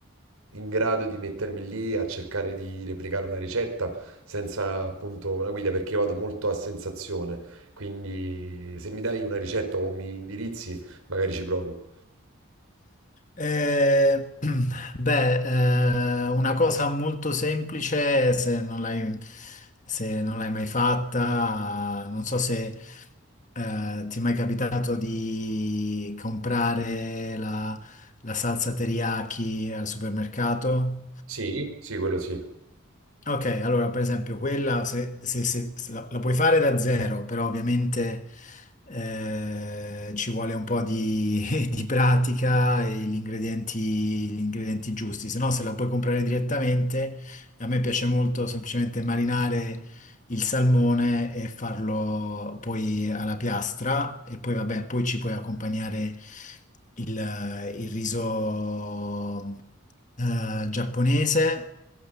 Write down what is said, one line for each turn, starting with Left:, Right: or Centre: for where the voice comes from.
Right: in grado di mettermi lì a cercare di replicare una ricetta senza appunto una guida, perché io vado molto a sensazione. Quindi se mi dai una ricetta o mi indirizzi, magari ci provo.
Left: Eh, <clears throat> beh, eh, una cosa molto semplice, se non l'hai se non l'hai mai fatta, non so se eh, ti è mai capitato di comprare la, la salsa teriyaki al supermercato.
Right: Sì, Sì, quello sì.
Left: Ok, allora per esempio quella se, se- se- se la, la puoi fare da zero, però ovviamente eh, ci vuole un po' di, <laughs> di pratica e gli ingredienti, gli ingredienti giusti, se no se la puoi comprare direttamente, a me piace molto semplicemente marinare il salmone e farlo poi alla piastra e poi vabbè, poi ci puoi accompagnare il, il riso eh, giapponese